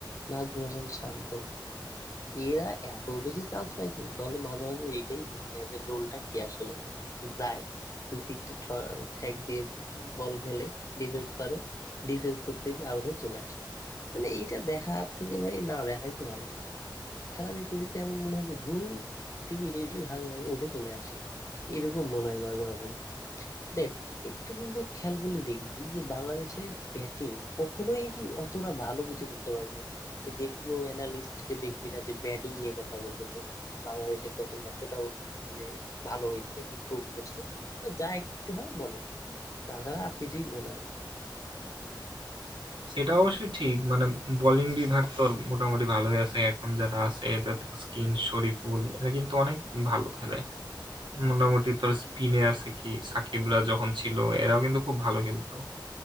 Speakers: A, on the left (about 40°); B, on the right (about 90°).
A: নাজমুল হাসান শান্ত এরা এত বেশি চান্স পাইছে দলে মাঝে মাঝে এটাই বুঝি না এদের রোলটা কি আসলে যায় দুই তিনটা ঠ্যাক দিয়ে বল খেলে ডিফেন্স করে ডিফেন্স করতে গিয়ে আউট হয়ে চলে আসে মানে এইটা দেখার থেকে ভাই না দেখাই তো ভালো খেলা দেখতে দেখতে এমন মনে হয় যে ধুর টিভি টিভি ভাঙে নাকি উঠে চলে আসি এরকম মনে হয় মাঝে মাঝে দেখ একটা কিন্তু খেয়াল করলে দেখবি যে বাংলাদেশে ব্যাটিং কখনোই অতটা ভালো কিছু করতে পারবে না তুই যে কোনো অ্যানালিস্ট কে দেখবি না যে ব্যাটিং নিয়ে কথা বলতেছে বাংলাদেশের ব্যাটিং এতটাও মানে ভালো হয়েছে ইমপ্রুভ করছে বা যা একটু হয় বলে তাছাড়া আর কিছুই মনে হয় না
B: সেটা অবশ্যই ঠিক মানে বোলিং বিভাগ তো মোটামুটি ভালোই আছে এখন যারা আছে এদের তাসকিন শরীফুল এরা কিন্তু অনেক ভালো খেলে মোটামুটি তোর স্পিনে আছে কি সাকিবরা যখন ছিল এরাও কিন্তু খুব ভালো খেলতো